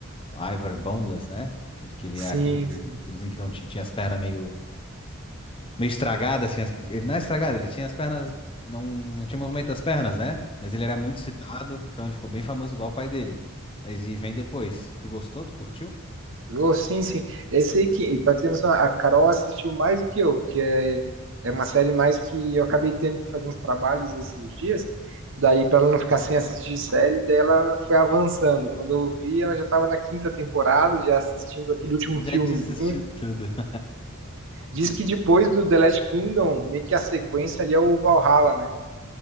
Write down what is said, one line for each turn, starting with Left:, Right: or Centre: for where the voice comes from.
Left: o Ivar Boneless, né? O Que ele
Right: Sim,
Left: é aquele guru-
Right: sim.
Left: gurizinho que não tinha tinha as pernas meio meio estragado, assim. as- Ele não é estragado, ele tinha as pernas. Não, não tinha movimento das pernas, né? Mas ele era muito citado, então ele ficou bem famoso igual o pai dele. Mas e vem depois. Tu gostou? Tu curtiu?
Right: Oh, sim, sim. Esse aí que, pra ter noção, a Carol assistiu mais do que eu, porque é, é uma série mais que eu acabei tendo que fazer uns trabalhos esses dias. Daí, pra ela não ficar sem assistir série, daí ela foi avançando. Quando eu vi, ela já estava na quinta temporada, já assistindo aquele último filmezinho.
Left: Já te assisti tudo. <laughs>
Right: Diz que depois do The Last Kingdom, meio que a sequência ali é o Valhalla, né?